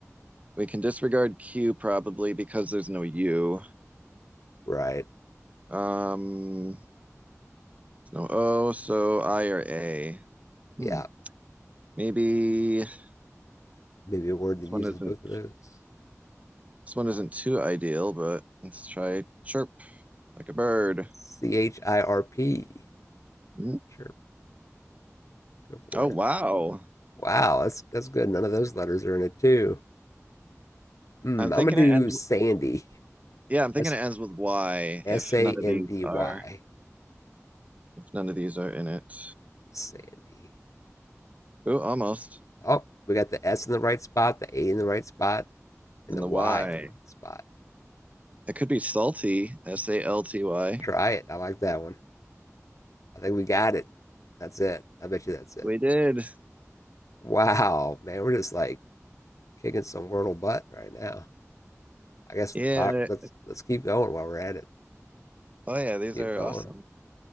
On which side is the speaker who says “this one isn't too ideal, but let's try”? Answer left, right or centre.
Right